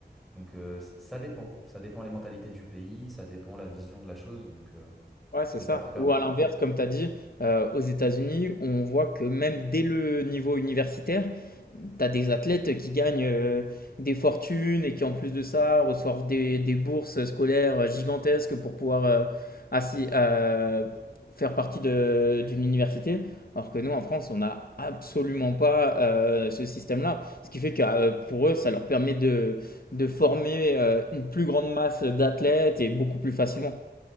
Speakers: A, in the centre; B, on the left (about 60°).
A: Donc euh, c- ça dépend, ça dépend les mentalités du pays, ça dépend la vision de la chose, donc euh,
B: Ouais, c'est
A: c'est au
B: ça.
A: cas par cas.
B: Ou à l'inverse, comme tu as dit, heu, aux États-Unis, on voit que même dès le niveau universitaire, tu as des athlètes qui gagnent, heu, des fortunes et qui, en plus de ça, reçoivent des des bourses scolaires gigantesques pour pouvoir, heu, assi heu, faire partie de d'une université. Alors que nous, en France, on n'a absolument pas, heu, ce système-là. Ce qui fait que, heu, pour eux, ça leur permet de de former, heu, une plus grande masse d'athlètes et beaucoup plus facilement.